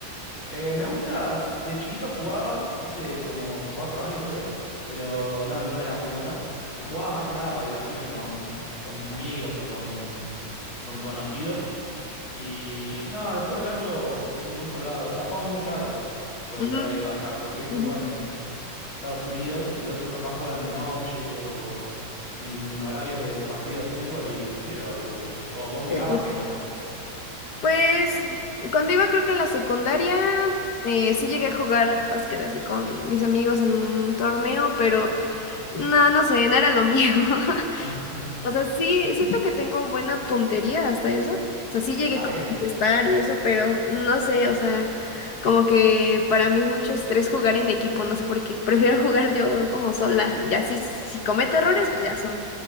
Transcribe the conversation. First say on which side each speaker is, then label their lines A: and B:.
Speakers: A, on the left; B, on the left.
A: Eh, me gusta, s- de chiquito jugaba, hice como cuatro años creo, pero no, no era muy bueno. Y jugaba más que nada para divertirme con, <laughs> con mis amigos o con, con conocidos. Y no, después verlo, soy muy colgado. O sea, jugaba muy tarde con
B: Mm,
A: el horario de acá, porque viste,
B: ujú.
A: juegan Estados Unidos, entonces capaz juegan de noche o en horarios de partidos de fútbol y prefiero ver fútbol. ¿Vos, vos mirás
B: Sí, pues
A: básquet
B: sí.
A: o no?
B: Pues, cuando iba creo que en la secundaria, eh, sí llegué a jugar básquet así con mis amigos en un torneo, pero no, no sé, no era lo mío. <laughs>
A: <laughs>
B: O sea, sí, siento que tengo buena puntería hasta eso. O sea, sí llegué
A: Ah,
B: como
A: bien.
B: a contestar y eso, pero no sé, o sea, como que para mí es mucho estrés jugar en equipo, no sé por qué. <laughs> Prefiero jugar yo como sola. Y así, si si cometo errores, pues ya son